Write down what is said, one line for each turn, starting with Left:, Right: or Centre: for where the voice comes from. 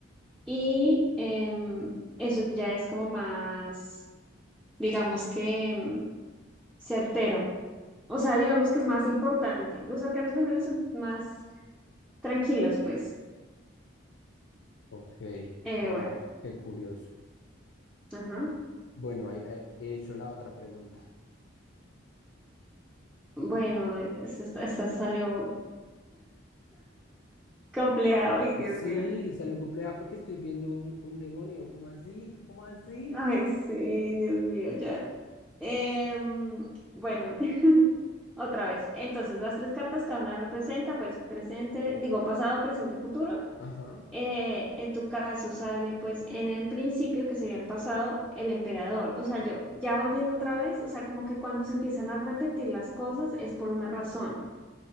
Centre: Y em, eso ya es como más, digamos que em, certero. O sea, digamos que es más importante. Los arcanos menores son más tranquilos, pues.
Left: ok,
Centre: Eh,
Left: wow,
Centre: bueno,
Left: qué curioso.
Centre: ajá.
Left: Bueno, ahí, ahí he hecho la otra pregunta.
Centre: Bueno, eh, esto, está- esta salió compleja y Dios
Left: Sí,
Centre: mío.
Left: salió compleja porque estoy viendo un, un demonio, ¿cómo así? ¿Cómo así?
Centre: Ay, sí, Dios mío, ya. Em, bueno, <laughs> otra vez. Entonces, las tres cartas, cada una representa, pues, presente, digo, pasado, presente, futuro.
Left: Ajá,
Centre: Eh, en tu caso sale, pues, en el principio, que sería el pasado, el emperador. O sea, yo, ya volviendo otra vez, o sea, como que cuando se empiezan a repetir las cosas es por una razón.